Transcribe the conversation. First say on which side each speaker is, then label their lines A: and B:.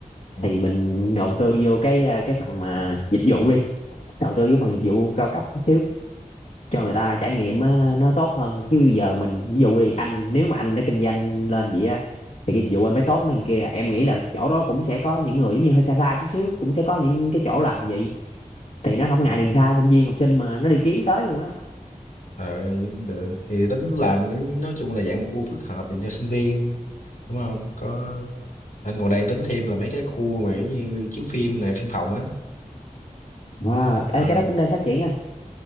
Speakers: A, on the left (about 80°); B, on the left (about 60°).
A: Ừ.
B: thì mình đầu tư vô cái à, cái phần mà dịch vụ đi đầu tư cái phần dịch vụ cao cấp chút xíu cho người ta trải nghiệm á, nó tốt hơn chứ giờ mình ví dụ đi anh nếu mà anh đã kinh doanh lên vậy á thì cái dịch vụ anh phải tốt mấy thằng kia em nghĩ là chỗ đó cũng sẽ có những người giống như hơi xa xa chút xíu cũng sẽ có những cái chỗ làm vậy thì nó không
A: ừ.
B: ngại đường xa sinh viên học sinh mà nó đi kiếm tới luôn á
A: ờ vậy cũng được thì tính làm cái- nói chung là dạng một khu phức hợp dành cho sinh viên đúng không có anh còn đang tính thêm là mấy cái khu mà giống như chiếu phim này phim phòng á
B: wow
A: ờ
B: ê, cái đó cũng đang phát triển anh